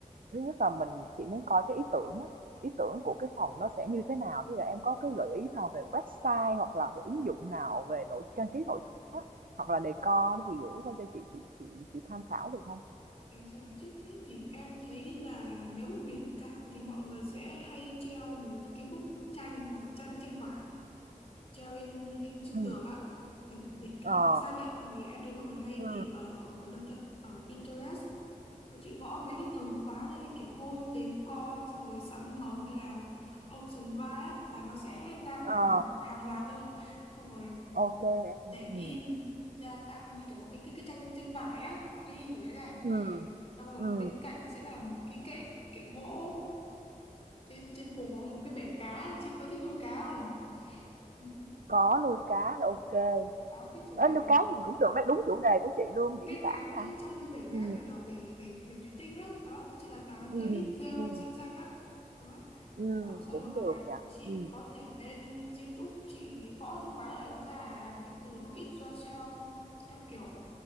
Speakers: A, on the right; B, on the left.
A: thứ nhất là mình chị muốn coi cái ý tưởng á, ý tưởng của cái phòng nó sẽ như thế nào bây giờ em có cái gợi ý nào về website hoặc là về ứng dụng nào về nội trang trí nội thất á, hoặc là decor thì gửi qua cho chị chị chị chị tham khảo được không
B: Em cho là trước hết thì em thấy là nếu mà biển cả thì mọi người sẽ hay treo một cái bức tranh hoặc là tranh tranh vải treo lên, lên trên
A: ừ
B: tường á kiểu biển cả
A: ờ
B: nước xanh á thì em thấy mọi người hay
A: ừ
B: tìm ở, ở đâu chứ ở Pinterest Mọi chị gõ mấy cái từ khóa ra như kiểu home decor xong rồi summer hay là ocean vibe á là nó sẽ ra
A: ờ
B: cả một hàng loạt luôn xong rồi
A: ok em
B: để in
A: ừ.
B: ra tạo như kiểu là cái cái cái tranh tranh vải á hay in kiểu đấy này
A: ừ
B: xong rồi
A: ừ
B: ở bên cạnh sẽ là một cái kệ kệ gỗ trên trên cùng có một cái bể cá chị có thích nuôi cá không <laughs>
A: có nuôi cá thì ok
B: đó cái chủ đề
A: Ê, nuôi cá thì cũng được đấy đúng chủ đề của chị luôn biển
B: cái
A: cả
B: cá
A: mà
B: trong cái bể
A: ừ
B: cá nhỏ nhỏ bể bể bể thủy tinh á đó chị đặt vào
A: ừ
B: thêm ít rêu
A: ừ
B: xanh xanh á đó.
A: ừ
B: Đó, xong
A: cũng
B: rồi hoặc
A: được
B: là
A: nhỉ.
B: chị
A: ừ
B: có thể lên YouTube chị gõ từ khóa này nó ra à, cái từ do it yourself theo kiểu